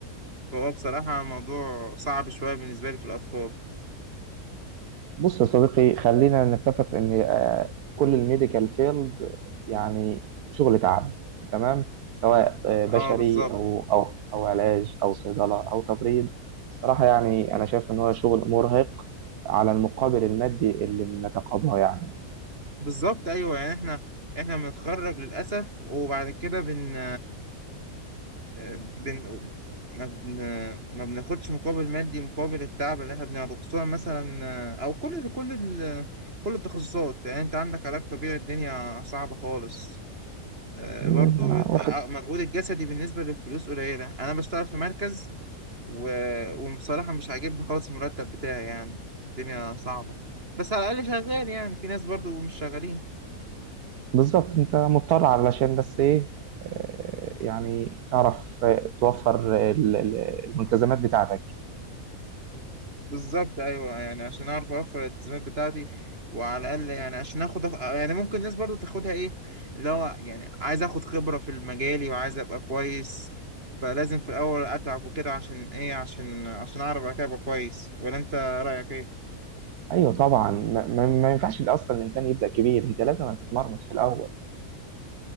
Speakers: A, on the right (about 40°); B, on the right (about 80°).
A: فهو بصراحة موضوع صعب شوية بالنسبة لي في الأطفال
B: بص يا صديقي خلينا نتفق ان آه، كل الميديكال فيلد يعني شغل تعب تمام سواء آه،
A: اه
B: بشري
A: بالظبط
B: او او او علاج او صيدله او تبريد صراحه يعني انا شايف ان هو شغل مرهق على المقابل المادي اللي بنتقاضاه يعني
A: بالظبط أيوه يعني احنا احنا بنتخرج للأسف وبعد كده بن بن... ما بن... ما بناخدش مقابل مادي مقابل التعب اللي احنا بنعرضه خصوصا مثلا آه، او كل كل ال... كل التخصصات يعني انت عندك علاج طبيعي الدنيا صعبة خالص آه،
B: مم،
A: برضو
B: أنا
A: ال-
B: واخد
A: آه، مجهود الجسدي بالنسبة للفلوس قليلة انا بشتغل في مركز و... وبصراحة مش عاجبني خالص المرتب بتاعي يعني الدنيا صعبة بس على الأقل شغال يعني في ناس برضو مش شغالين
B: بالظبط انت مضطر علشان بس ايه آه، يعني تعرف آه، توفر ال- ال- الملتزمات بتاعتك
A: بالظبط ايوه يعني عشان اعرف اوفر الالتزامات بتاعتي وعلى الاقل يعني عشان اخد أخ... يعني ممكن الناس برضو تاخدها ايه اللي هو يعني عايز اخد خبره في المجالي وعايز ابقى كويس فلازم في الاول اتعب وكده عشان ايه عشان عشان اعرف بعد كده ابقى كويس ولا انت رايك ايه
B: ايوه طبعا ما, ما, ما ينفعش اصلا الانسان يبدا كبير انت لازم هتتمرمط في الاول